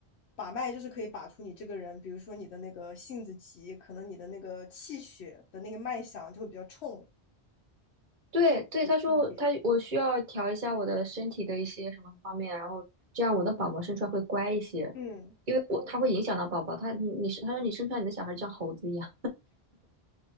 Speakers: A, on the left (about 85°); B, on the right (about 50°).
A: 把脉就是可以把出你这个人，比如说你的那个性子急，可能你的那个气血的那个脉象就会比较冲，
B: 对对，
A: 这是有区别。
B: 他说他我需要调一下我的身体的一些什么方面，然后这样我的宝宝生出来会乖一些，
A: 嗯，
B: 因为我他会影响到宝宝，他你是他说你生出来你的小孩就像猴子一样。